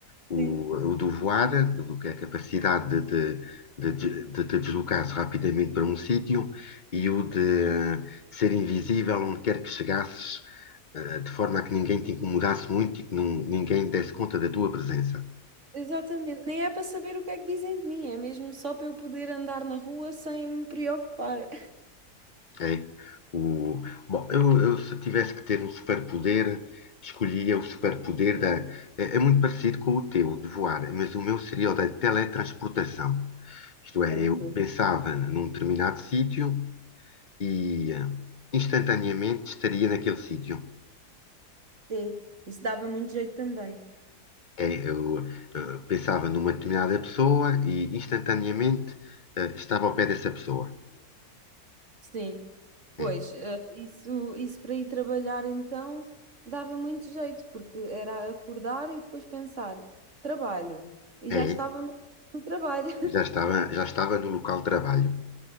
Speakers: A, on the left; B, on the right.
A: o,
B: Sim.
A: o do voar, do, que é a capacidade de, de, de, de- te deslocares rapidamente para um sítio, e o de eh, ser invisível onde quer que chegasses, eh, de forma a que ninguém te incomodasse muito e que não- ninguém desse conta da tua presença.
B: Exatamente, nem é para saber o que é que dizem de mim, é mesmo só para eu poder andar na rua sem me preocupar.
A: É. O, bom, eu, eu se tivesse que ter um superpoder, escolhia o superpoder da. É, é muito parecido com o teu, de voar, mas o meu seria o da teletransportação. Isto
B: E
A: é,
B: contigo.
A: eu pensava num determinado sítio e eh, instantaneamente estaria naquele sítio.
B: Sim, isso dava muito jeito também.
A: É, eu eh, pensava numa determinada pessoa e instantaneamente eh, estava ao pé dessa pessoa.
B: Sim, pois,
A: É,
B: eh, isso, isso para ir trabalhar então dava muito jeito, porque era acordar e depois pensar, trabalho, e
A: é,
B: já estávamos no trabalho. <laughs>
A: e já estava, já estava no local de trabalho.